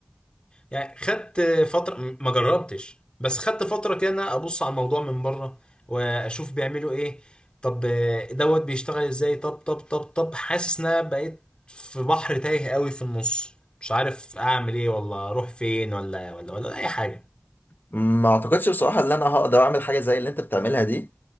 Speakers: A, on the left; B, on the left.
A: يعني خدت فترة ما جربتش بس خدت فترة كده إن أنا ابص على الموضوع من بره واشوف بيعملوا ايه طب آه، دوت بيشتغل ازاي طب طب طب طب حاسس ان انا بقيت في بحر تايه قوي في النص مش عارف اعمل ايه ولا اروح فين ولا ولا ولا اي حاجة
B: ما اعتقدش بصراحه ان انا هقدر اعمل حاجه زي اللي انت بتعملها دي